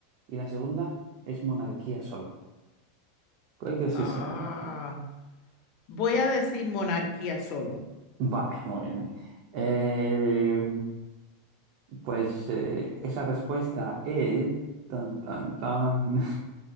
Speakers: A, on the right; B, on the left.
A: y la segunda es monarquía solo. ¿Cuál crees
B: Ah,
A: que sea?
B: voy a decir monarquía solo.
A: Vale, muy bien. Eh, pues eh, esa respuesta es... Tan, tan, tan. <laughs>